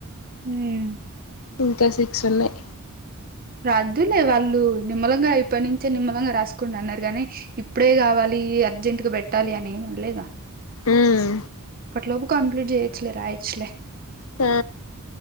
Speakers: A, on the right (about 40°); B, on the left (about 65°).
A: ఉమ్
B: ఇంకా సిక్స్ ఉన్నయి
A: రాదులే వాళ్ళు నిమ్మలంగా ఇప్పటి నుంచే నిమ్మలంగా రాసుకోండి అన్నరు గని ఇప్పుడే కావాలి అర్జెంట్ క పెట్టాలి అని ఏమనలేగా
B: ఉమ్
A: అప్పట్లోపు కంప్లీట్ చేయచ్చలే రాయచ్చులే
B: ఆ